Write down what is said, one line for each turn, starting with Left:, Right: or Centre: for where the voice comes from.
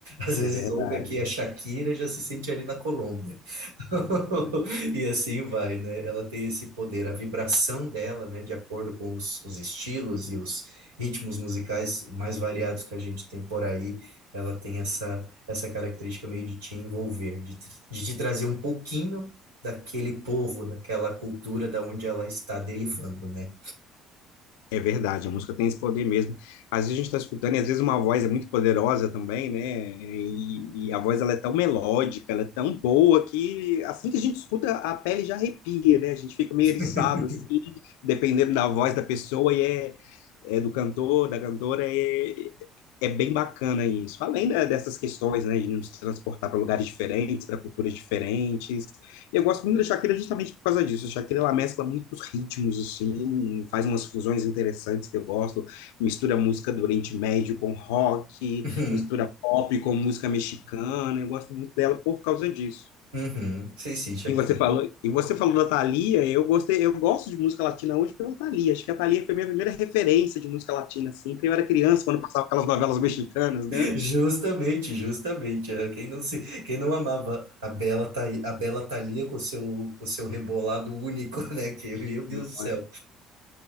Right: Às vezes,
Left: É verdade.
Right: ouve aqui a Shakira, já se sente ali na Colômbia. <laughs> E assim vai, né? Ela tem esse poder, a vibração dela, né? De acordo com os, os estilos e os ritmos musicais mais variados que a gente tem por aí, ela tem essa, essa característica meio de te envolver, de, tr- de te trazer um pouquinho daquele povo, daquela cultura da onde ela está derivando, né?
Left: É verdade, a música tem esse poder mesmo. Às vezes a gente está escutando, e às vezes uma voz é muito poderosa também, né? E, e a voz ela é tão melódica, ela é tão boa que assim que a gente escuta, a pele já arrepia, né? A gente fica meio
Right: <laughs>
Left: eriçado, assim, dependendo da voz da pessoa e é, é do cantor, da cantora, é, é bem bacana isso. Além da- dessas questões, né, de nos transportar para lugares diferentes, para culturas diferentes, eu gosto muito da Shakira justamente por causa disso. A Shakira ela mescla muitos ritmos, assim, faz umas fusões interessantes que eu gosto. Mistura música do Oriente Médio com rock,
Right: Uhum,
Left: mistura pop com música mexicana. Eu gosto muito dela por causa disso.
Right: uhum. Sei sim, Shakira.
Left: E você falou, e você falou da Thalia, eu gostei, eu gosto de música latina hoje pela Thalia. Acho que a Thalia foi minha primeira referência de música latina, assim, porque eu era criança quando passava aquelas novelas mexicanas, né?
Right: Justamente, justamente. é. Quem não se, quem não amava a Bela, Tha- a Bela Thalia com seu, com seu rebolado único, <laughs> né? Que, meu Deus
Left: Não
Right: do céu.
Left: é?